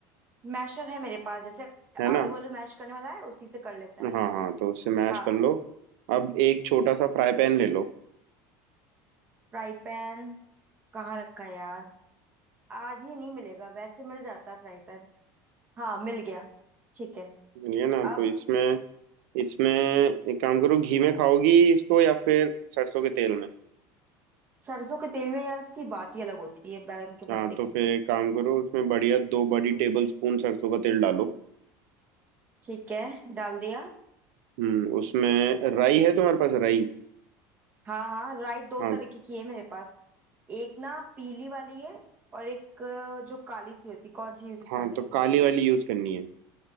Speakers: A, on the right; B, on the right.
A: मैशर है मेरे पास जैसे
B: है ना
A: आलू वालू मैश करने वाला है उसी से कर लेते हैं
B: हाँ हाँ तो उससे मैश
A: हाँ
B: कर लो अब एक छोटा सा फ्राई पैन ले लो
A: फ्राई पैन कहाँ रखा है यार आज ही नहीं मिलेगा वैसे मिल जाता है फ्राई पैन हाँ मिल गया ठीक है
B: ये ना
A: अब
B: तो इसमें इसमें एक काम करो घी में खाओगी इसको या फिर सरसों के तेल में
A: सरसों के तेल में यार इसकी बात ही अलग होती है बैगन के
B: हाँ
A: भरते
B: तो
A: की
B: फिर एक काम करो उसमें बढ़िया दो बड़ी टेबल स्पून सरसों का तेल डालो
A: ठीक है डाल दिया
B: हम्म उसमें राई है तुम्हारे पास राई
A: हाँ हाँ राई दो
B: हाँ
A: तरीके की है मेरे पास एक ना पीली वाली है और एक अ, जो काली सी होती है कौन सी यूज
B: हाँ
A: करनी
B: तो
A: है
B: काली वाली यूज करनी है